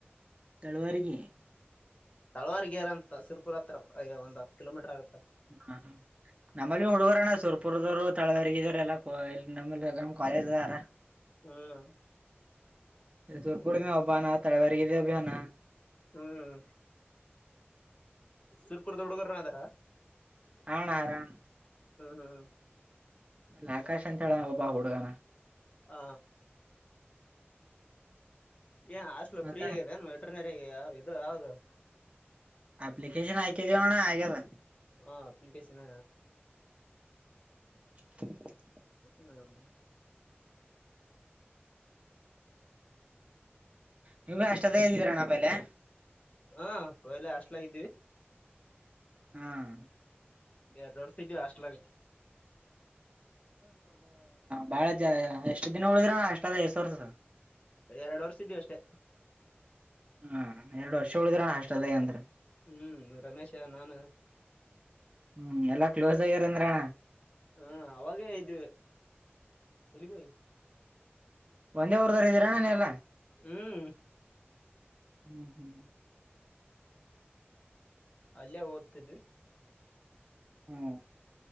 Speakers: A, on the right (about 30°); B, on the left (about 30°).
A: ತಳುವಾರಿಗೆ
B: ತಳವಾರಗೇರ ಅಂತ ಸರ್ಪುರ್ ಹತ್ರ ಒಂದ್ ಹತ್ತು ಕಿಲೋಮೀಟರ್ ಆಗುತ್ತೆ
A: ಹ ಹ ನಮ್ಮಲ್ಲಿ ಹುಡುಗರಣ್ಣ ಸುರ್ಪುರದವರು ತಳವರ್ಗಿದ್ರ ಎಲ್ಲ ನಮ್ಮ ಪಾಯ ಹಾರ
B: ಹ್ಮ್
A: ತೂರ್ಗೂಡ ಹಬಾನ ತಳವಾರಗ ಅಭಾನ
B: ಹ್ಮ್ ಶರ್ಪುರ್ದ ಹುಡುಗರನದಾರ
A: ಹಣ ಆರಾಮ
B: ಹ್ಮ್
A: ಅಲ್ಲ ಆಕಾಶ್ ಅಂತ ಹೇಳಣ ಒಬ್ಬ ಹುಡುಗನ
B: ಹ ಏ ಹಾಸ್ಟ್ಲ್
A: ಮತ್ತ
B: ಫ್ರೀ ಆಗಿದೆಾನ ಎಟರನೇರ ಆಗ ಇದು ಹಾಗು
A: ಅಪ್ಲಿಕೇಶನ್ ಆಯ್ಕ ಜಣ ಆಗದ
B: ಹ ಅಪ್ಲಿಕೇಶನ್
A: <unintelligible>
B: ಹ್ಮ್
A: ನೀವು ಅಷ್ಟಲ್ಲ ಹೇಗಿದ್ದೀರಣ್ಣ ಪಲೆ
B: ಹಾ ಪಯಲೆ ಅಷ್ಟಲ ಇದ್ದೀವಿ
A: ಹ್ಮ್
B: ಎಡ್ಡು ದರ್ಸ ಇದೀವ ಅಷ್ಟಲಾಗ
A: ಬಾಳ ಜ ಎಷ್ಟು ದಿನ ಉಳಿದ್ರ ನ ಅಷ್ಟದ ಎಷ್ಟ ವರ್ಸ
B: ಎರಡು ವರ್ಷ ಇದ್ದೀವಿ ಅಷ್ಟೆ
A: ಹಾ ಎರಡ್ ವರ್ಷ ಉಳಿದ್ರಣ ಹಾಸ್ಟಲ್ದಾಗ ಅಂದ್ರ
B: ಹ್ಮ್ ರಮೇಶ ನಾನ
A: ಹ್ಮ್ ಎಲ್ಲಾ ಕ್ಲೋಸ್ ಆಗ್ಯರಂದ್ರಣ್ಣ
B: ಹ್ಮ ಅವಾಗೇ ಇದ್ದವಿ ಎಲ್ಲಿಗಯ
A: ಒಂದೇ ರ್ದರ ಇದೀರ ನೀವು ಎಲ್ಲ
B: ಹ್ಮ್
A: ಹ್ಮ್ ಹ್ಮ್
B: ಅಲ್ಲಯ ಓದ್ತಿದ್ವಿ
A: ಹ್ಮ್